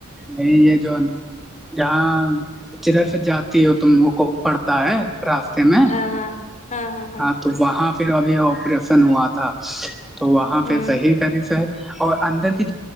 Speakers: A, in the centre; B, on the left.
A: یہ جو جاں جدھر سے جاتی ہو تم وہ کو پڑتا ہے راستے میں
B: ہاں ہاں ہاں ہاں
A: تو وہاں پھر ابھی آپریشن ہوا تھا تو وہاں
B: ہاں
A: پھر صحیح طری سے اور اندر کی